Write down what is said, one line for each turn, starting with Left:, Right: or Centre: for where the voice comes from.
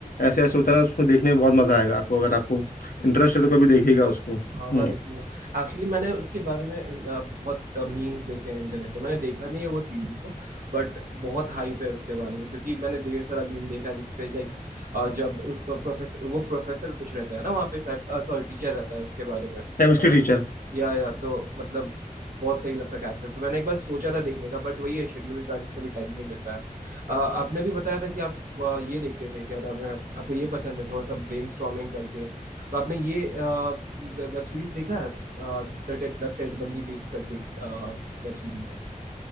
Left: ऐसे ऐसे होता है ना उसमें देखने में बहुत मज़ा आएगा आपको अगर आपको इंटरेस्ट है
Right: हम्म,
Left: तो कभी देखिएगा उसको हम्म
Right: हाँ मैं देखूंगा एक्चुअली मैंने उसके बारे में अ, बहुत मीम्स देखे हैं इंटरनेट पे मैंने देखा नहीं है वो सीरीज को बट बहुत हाइप है उसके बारे में क्योंकि मैंने ढेर सारा मीम देखा है जिसपे लाइक जब उसको प्रोफेसर वो प्रोफेसर कुछ रहता है ना वहाँ पे सॉरी टीचर रहता है उसके बारे में अ,
Left: Chemistry teacher
Right: या या तो मतलब बहुत सही लगता है कैरेक्टर तो मैंने एक बार सोचा था देखने का बट वही है शेड्यूल के कारण से कभी टाइम नहीं मिल पाया अ, आपने भी बताया था कि आप अ, ये देखते थे क्या नाम है आपको ये पसंद है थोड़ा सा ब्रेन करके तो आपने ये वेब सीरीज देखा है द टेड बंडी टेप्स करके वेब सीरीज है